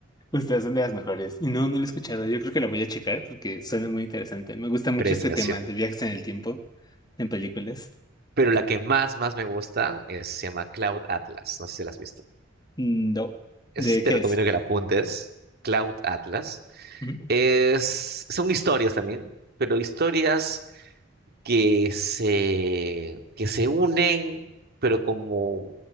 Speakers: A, on the left (about 20°); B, on the right (about 50°).
A: Ustedes son de las mejores. Y no, no lo he escuchado. Yo creo que la voy a checar porque suena muy interesante. Me gusta mucho
B: Predestinación.
A: este tema de viajes en el tiempo en películas.
B: Pero la que más, más me gusta es, se llama Cloud Atlas. No sé si la has visto.
A: Mm, No.
B: Esa
A: ¿De
B: sí te
A: qué
B: recomiendo
A: es?
B: que la apuntes. Cloud Atlas.
A: Ujú,
B: Es, son historias también, pero historias que se, que se unen, pero como